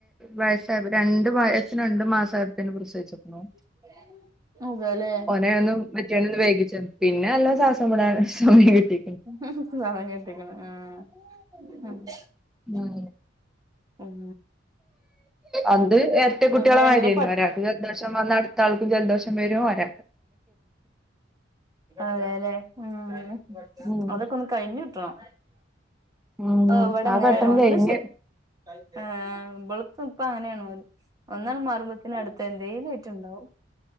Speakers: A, in the centre; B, on the right (about 20°).
A: വയസ്സായപ്പൊ രണ്ടു വയസ്സിന് രണ്ട് മാസായപ്പോ പ്രസവിച്ചേക്കിനു
B: ഉം അതേല്ലേ
A: ഓനെയൊന്നും മറ്റിയോന ഒന്ന് വേഗിച്ച പിന്നെ എല്ലാം ശ്വാസംവിടാൻ സമയം കിട്ടി
B: <unintelligible>
A: ഉം
B: ഉം
A: അത് എരട്ട കുട്ടികളെ
B: ഉം
A: മാരിയായിരുന്നു
B: എങ്ങനെ പഠി
A: ഒരാൾ ഒരാൾക്ക് ജലദോഷം വന്നാ അടുത്ത ആൾക്കും ജലദോഷം വരും അര
B: അതെല്ലെ ഉം
A: ഉം
B: അതൊക്ക <unintelligible> കഴിഞ്ഞു കിട്ടണം
A: ഉം
B: ഇവിടെ
A: ആ
B: അങ്ങനെയാണ്
A: ഘട്ടം
B: ഒന്ന്
A: കഴിഞ്ഞ്
B: ശെ ആഹ് മ്പള് ഇപ്പ അങ്ങനെയാണത് ഒന്ന് അങ്ങ് മാറുമ്പത്തേന് അടുത്ത എന്തേലും ആയിട്ടുണ്ടാവും